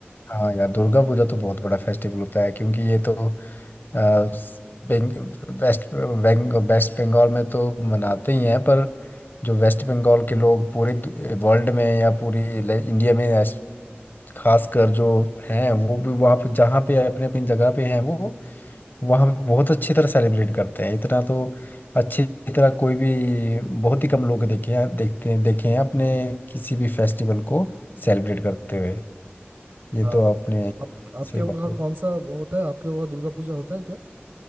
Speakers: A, on the left; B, on the right.
A: हाँ यार दुर्गा पूजा तो बहुत बड़ा फेस्टिवल होता है क्योंकि ये तो आ, स- बेंग, वेस्ट बेंग, वेस्ट बंगाल में तो मनाते ही हैं पर जो वेस्ट बंगाल के लोग पूरे वर्ल्ड में या पूरी ले- इंडिया में ऐस- खासकर जो हैं वो भी वहाँ पे जहाँ पे अपने अपनी जगह पे हैं वो वहाँ पे बहुत अच्छी तरह सेलिब्रेट करते हैं इतना तो अच्छी तरह कोई भी बहुत ही कम लोग देखे हैं देखते हैं देखे हैं अपने किसी भी फेस्टिवल को सेलिब्रेट करते हुए ये
B: हाँ
A: तो आपने
B: आप आपके
A: सही
B: वहाँ
A: बात है
B: कौन सा होता है आपके वहाँ दुर्गा पूजा होता है क्या